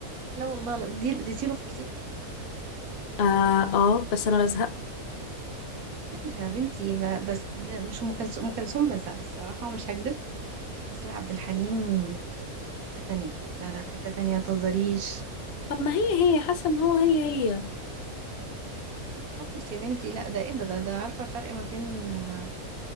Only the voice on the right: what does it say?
لا والله لا دي اديتي له فرصته
لا يا بنتي ما بس دي مش ام كلثوم ام كلثوم بس الصراحه ومش هكدب بس لا عبد الحليم في حته تانية لا لا في حته تانية متهزريش
لا خالص يا بنتي لا ده ايه ده ده, ده عارفه الفرق ما بين آه،